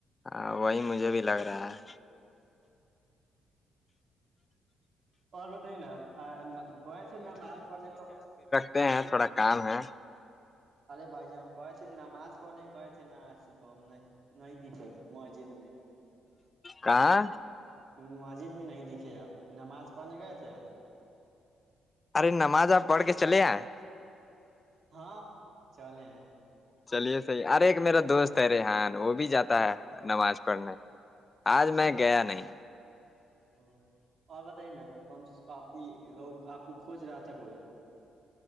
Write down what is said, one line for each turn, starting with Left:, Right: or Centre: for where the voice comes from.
Left: ہاں وہی مجھے بھی لگ رہا ہے
Right: اور بتائی نا گئے تھ نا مال کونے تو
Left: تے ہیں تھوڑا کام ہے
Right: ارے بھائی جان ہم ایکچوولی نماز کو نہیں گئے تھے نا آج صبح ہم نہیں دکھی مسجد میں
Left: کہاں
Right: مسجد میں نہیں دکھے آپ نماز پڑھنے گئے تھے آج
Left: ارے نماز آپ پڑھ کے چلے آئیں
Right: ہاں چلیں ہیں
Left: چلیے صحیح ارے ایک میرا دوست ہے ریحان وہ بھی جاتا ہے نماز کرنے آج میں گیا نہیں
Right: او اور بتائیے نا آپ کی آپ کو کھوج رہا تھا کوئی